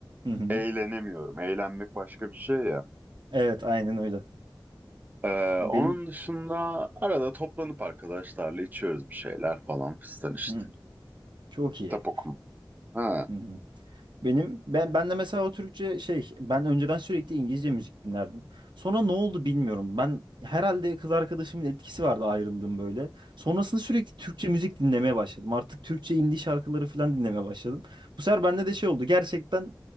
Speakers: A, on the right; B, on the right.
A: Hı hı.
B: eğlenemiyorum. Eğlenmek başka bir şey ya.
A: Evet, aynen öyle.
B: Ee,
A: Benim
B: onun dışında arada toplanıp arkadaşlarla içiyoruz bir şeyler falan fistan işte.
A: Hı. çok iyi.
B: Kitap okuma. Ha.
A: Hı hı. Benim ben, ben de mesela o Türkçe şey ben önceden sürekli İngilizce müzik dinlerdim. Sonra ne oldu bilmiyorum. Ben herhalde kız arkadaşımın etkisi vardı ayrıldım böyle. Sonrasında sürekli Türkçe müzik dinlemeye başladım. Artık Türkçe indie şarkıları falan dinlemeye başladım. Bu sefer bende de şey oldu. Gerçekten